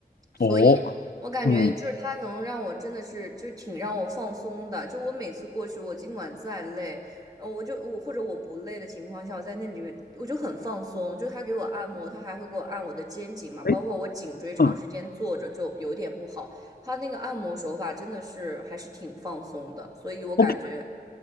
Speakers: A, on the right; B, on the left.
A: 所以我感觉就是他能让我真的是就是挺让我放松的。
B: 哦，嗯，
A: 就我每次过去，我尽管再累，呃，我就我或者我不累的情况下，我在那里面我就很放松。就他给我按摩，他还会给我按我的肩颈嘛，包括我颈椎长时间坐着就有点不好。
B: 哎，嗯
A: 他那个按摩手法真的是还是挺放松的，所以我感觉。
B: ，OK，